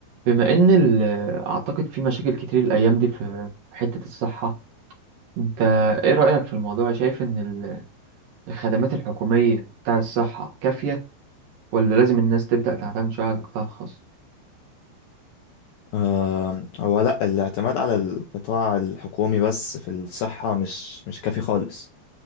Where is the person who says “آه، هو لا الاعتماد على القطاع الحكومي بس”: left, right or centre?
Left